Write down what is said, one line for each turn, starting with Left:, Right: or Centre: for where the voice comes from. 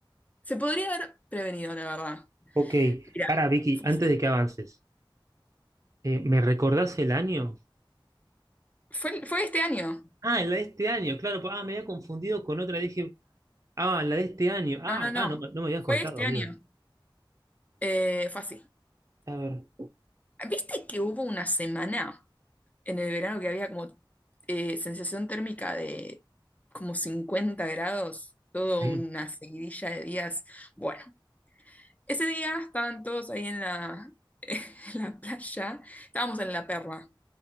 Left: se podría haber prevenido, la verdad.
Right: Ok.
Left: Mira,
Right: Para, Vicky,
Left: fue
Right: antes
Left: así.
Right: de que avances, eh, ¿me recordás el año?
Left: Fue, fue este año.
Right: Ah, la de este año, claro. pa- Ah, me había confundido con otra. Dije, ah, la de este año. Ah,
Left: No, no, no.
Right: ah, no, me- no me habías contado,
Left: Fue este
Right: amiga.
Left: año. Eh, fue así.
Right: A ver.
Left: ¿Viste que hubo una semana en el verano que había como eh, sensación térmica de como 50 grados, toda
Right: Sí.
Left: una seguidilla de días? Bueno, Ese día estaban todos ahí en la, <laughs> en la playa, estábamos en la perra,